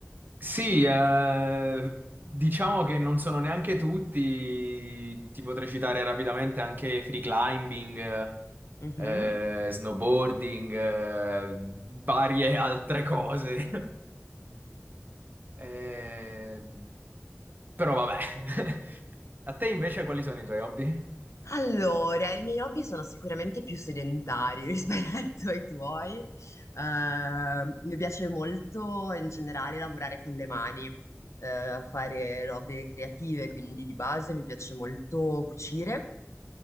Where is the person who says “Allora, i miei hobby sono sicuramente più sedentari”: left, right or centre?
Left